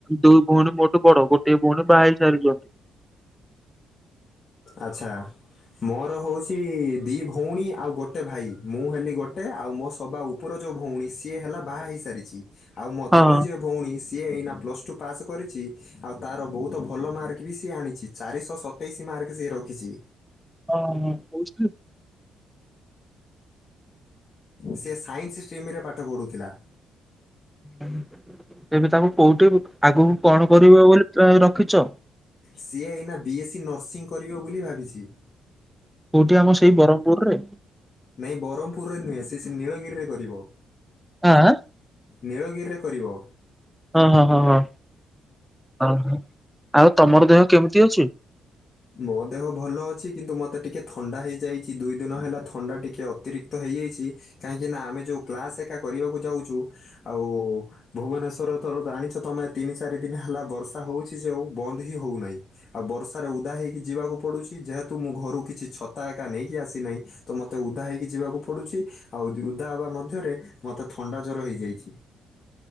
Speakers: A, in the centre; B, on the left.
A: ଦୁଇ ଭଉଣୀ ମୋଠୁ ବଡ ଗୋଟେ ଭଉଣୀ ବାହା ହେଇ ସାରିଛନ୍ତି।
B: ଆଚ୍ଛା। ମୋର ହଉଛି ଦି ଭଉଣୀ ଆଉ ଗୋଟେ ଭାଇ ମୁଁ ହେଲି ଗୋଟେ ଆଉ ମୋ ସ ହବା ଉପର ଯୋଉ ଭଉଣୀ ସିଏ ହେଲା ବାହା ହେଇସାରିଚି। ଆଉ ମୋ
A: ହଁ।
B: ତଳେ ଯିଏ ଭଉଣୀ ସିଏ ଏଇନା ପ୍ଲସ୍ ଟୁ ପାସ କରିଚି ଆଉ ତାର ବୋହୁତ ଭଲ ମାରେ ସି ଆଣି ଚାରିଶହ ସତେଇଶି ମାର୍କ ସିଏ ରଖିଛି।
A: ହଁ ହଁ କହୁିଲୁ।
B: ସେ ସାଇନ୍ସ ଷ୍ଟ୍ରିମ ରେ ପାଠ ପଢୁଥିଲା।
A: ଏବେ ତାଙ୍କୁ କୋଉଠି ଆଗକୁ କଣ କରିବ ବୋଲି ରଖିଛ?
B: ସିଏ ଏଇନା ବି ଏସ୍ ସି ନର୍ସିଂ କରିବ ବୋଲି ଭାବିଛି।
A: କୋଉଠି ଆମ ସେଇ ବ୍ରହ୍ମପୁରରେ।
B: ନାଇଁ ବ୍ରହ୍ମପୁରରେ ନୁହେଁ ସେ ନୀଳଗିରିରେ କରିବ।
A: ଆଁ
B: ନୀଳଗିରିରେ କରିବ?
A: ହଁ ହଁ ହଁ ହଁ ହ ହ ଆଉ ତମର ଦେହ କେମିତି ଅଛି?
B: ମୋ ଦେହ ଭଲ ଅଛି କିନ୍ତୁ ମୋତେ ଟିକିଏ ଥଣ୍ଡା ହେଇଯାଇଛି ଦୁଇ ଦିନ ହେଲା ଥଣ୍ଡା ଟିକିଏ ଅତିରିକ୍ତ ହେଇଯାଇଛି। କାହିଁକି ନା ଆମେ ଯୋଉ କ୍ଲାସ ଏକା କରିବାକୁ ଯାଉଛୁ ଆଉ ଭୁବନେଶ୍ଵର ତର ଜାଣିଛ ତମେ ତିନି ଚାରି ଦିନ ହେଲା ବର୍ଷା ହଉଛି ଯେ ଆଉ ବନ୍ଦ ହିଁ ହଉନାହିଁ। ଆଉ ବର୍ଷାରେ ଉଦା ହେଇକି ଯିବାକୁ ପଡୁଛି। କି ଯେହେତୁ ମୁଁ ଘରୁ କିଛି ଛତା ଏକା ନେଇକି ଆସିନାହିଁ ତ ମତେ ଉଦା ହେଇକି ଯିବାକୁ ପଡୁଛି। ଆଉ ଉଦା ହେବା ମଧ୍ୟରେ ମୋତେ ଥଣ୍ଡା ଜ୍ୱଵର ହେଇଯାଇଛି।